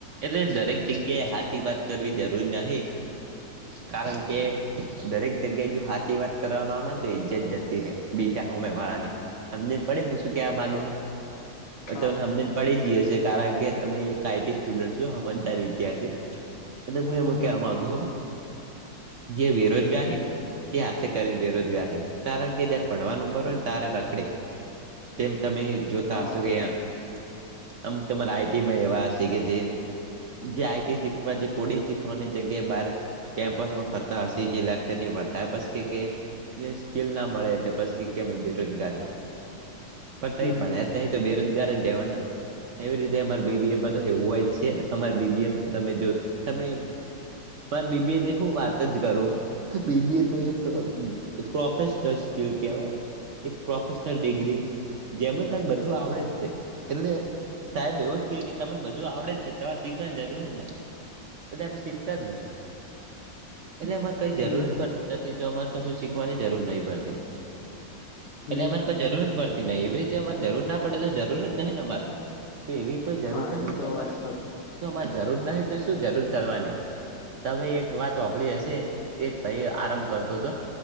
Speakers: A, on the right; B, on the left.
A: એટલે દરેક જગ્યાએ હાચી વાત કરવી જરૂરી નહી કારણ કે દરેક જગ્યાએ જો હાચી વાત કરવામાં આવેને તો ઈજ્જત જતી રે બીજા હોમે વાળાની સમજ્ણ પડે હું શું કેવા માંગુ તો
B: હા
A: તમને
B: હા
A: હમજ ન પડી જીય છે કારણ કે તમે એક આ ઈ તી સ્ટુડન્ટ છો હમજદાર વિદ્યાર્થી એલે હું એમ
B: હમ
A: કેવા માંગુ છું જે બેરોજગારી છે ને એ આશ કરી બેરોજગારી કારણ કે જયારે ભણવાની ઉમર હોયને તારે રખડે તેમ તમે જોતા
B: તમારી
A: હશો કે અહીંયા
B: વાત
A: અમ તમારા આઈ ટી માં એવા હશે કે જે જે આઈ ટી શીખવા જે કોડિંગ શીખવાની જગ્યાએ બાર કેમ્પસમાં ફરતા હસી જે લેકચર નઈ ભરતા પછી કેહકે અં સ્કીલના મળે એટલે પછી કે કેમે બેરોજગાર હ અ પણ
B: હમ
A: પય ભણયા જ ના હોય તો બેરોજગાર જ રેવાના એવી રીતે અમારે બી બી એમ મા તો એવું હો્યે છે તમે જો તમે મા બી બી એમ ની હુ વાત જ કરુ બીબી એ તો એક પ્રોફેશનલ સ્કીલ કેવાય એક પ્રોફેશનલ ડિગ્રી જેમાં તને બધું આવડે જ છે એટલે સાહેબ એવું જ કે કે તમને બધું આવડે જ છે તમારે શીખવાની જરૂર જ નાહી એટલે અમે શીખતા જ નહી એટલે અમારે કઈ જરૂર
B: હમ
A: જ પડ ડતી નથી તો અમારે કશું શીખવાની જરૂર નહી પડતી
B: હમ
A: એટલે અમારે કઈ
B: હમ
A: જરૂર જ પડતી ન એવી રીતે અમારે જરૂર ના પડે તો જરૂર જ નહીિ ને અમારે તો એવી કો જરૂર
B: હા
A: નહી
B: એ
A: તો અમારે
B: વાત સાચી
A: તો અરે જરૂર નહી તો શું જરૂર કરવાની તમે એક વાત હોભળી હશે કે ભાઈ આરામ કરતો હતો